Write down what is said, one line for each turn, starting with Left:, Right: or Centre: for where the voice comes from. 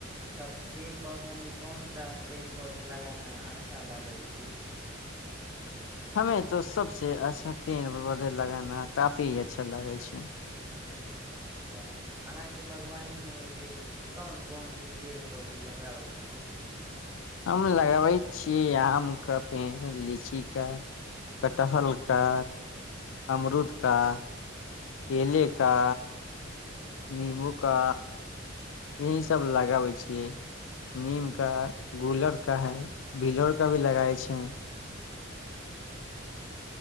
Right: सब पेड़ पौधामे कोन सा पेड़ पौधा लगाना अच्छा लागै छै
Left: हमे तो सबसे अच्छा पेड़ पौधे लगाना काफी अच्छा लागै छै
Right: अच्छा अहाँके बागवानीमे वैसे कोन कोन से पेड़ पौधा लगाबै छी
Left: हम लगबै छियै आमका पेड़ लीचीका कटहरका अमरूदका केलेका नीम्बूका यही सब लगाबै छियै नीम का गुलर का है भिलर का भी लगाबै छै